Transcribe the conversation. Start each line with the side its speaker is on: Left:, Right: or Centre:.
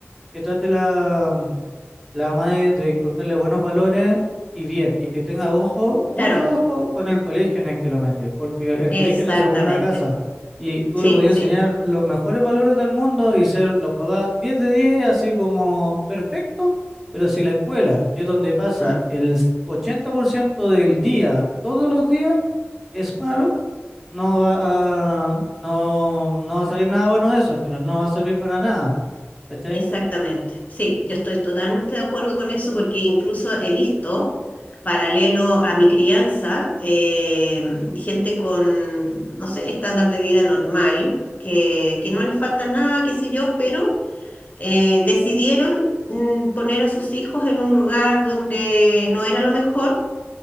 Centre: que trate la, la mamá de, de inculcarle buenos valores y bien, y que tenga ojo, mucho
Left: Claro,
Centre: ojo con el colegio en el que lo mete, porque el
Left: exactamente.
Centre: colegio es la segunda casa y tú
Left: Sí,
Centre: le podías
Left: sí.
Centre: enseñar los mejores valores del mundo y ser los papás 10 de 10 así como perfecto, pero si la escuela, que es donde pasa
Left: Mm.
Centre: el 80% del día, todos los días, es malo, no va a, no, no va a salir nada bueno de eso, al final no va a servir para nada, ¿cachai?
Left: Exactamente, sí, yo estoy totalmente de acuerdo con eso porque incluso he visto, paralelo a mi crianza, eh, gente con, no sé, estándar de vida normal, que, que no les falta nada, qué sé yo, pero eh, decidieron mm, poner a sus hijos en un lugar donde no era lo mejor